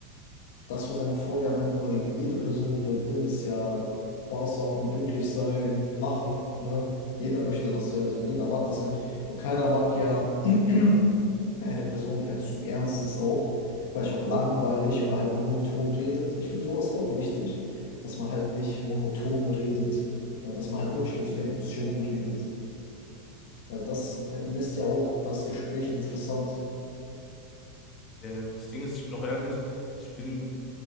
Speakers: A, on the left; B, on the left.
A: das, was eine Frau ja mit, oder jede Person halt will, ist ja Spaß haben, glücklich sein, lachen, ne? Jeder möchte das ja, so jeder mag das ja. Und keiner mag ja <clears throat> eine Person, die halt zu ernst ist auch, vielleicht auch langweilig oder halt monoton redet. Ich finde sowas auch wichtig, dass man halt nicht monoton redet, sondern dass man halt wirklich mit so Emotionen redet. Weil das lässt ja auch das Gespräch interessant.
B: Ja, ja. Das Ding ist, ich bin auch ehrlich, ich bin,